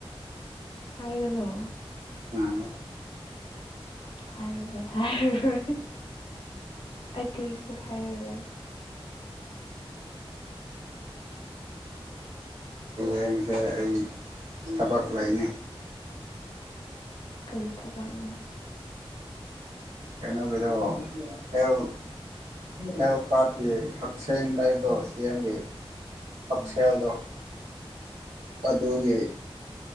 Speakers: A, on the left; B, on the right.
A: ꯍꯥꯏꯒꯅꯣ
B: ꯑꯥ
A: ꯍꯥꯏꯔꯔꯣꯏ ꯍꯥꯏꯔꯔꯣꯏ ꯑꯩ ꯀꯨꯔꯤꯁꯨ ꯍꯥꯏꯔꯔꯣꯏ
B: ꯍꯌꯦꯡꯁꯦ ꯑꯩ ꯊꯕꯛ ꯂꯩꯅꯤ
A: ꯀꯔꯤ ꯊꯕꯥꯛꯅꯣ
B: ꯀꯩꯅꯣꯒꯤꯗꯣ ꯍꯦꯜ ꯍꯦꯜ ꯀꯥꯔꯠꯀꯤ ꯍꯛꯁꯦꯡ ꯂꯩꯕꯗꯣ ꯁꯦꯝꯒꯦ ꯍꯛꯁꯦꯜꯗꯣ
A: ꯎꯝ
B: ꯑꯗꯨꯒꯤ